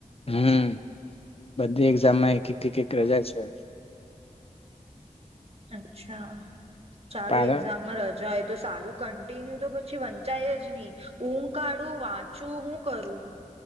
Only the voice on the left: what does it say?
હમ બધી એક્ઝામમાં એક એક એક રજા છે.
પણ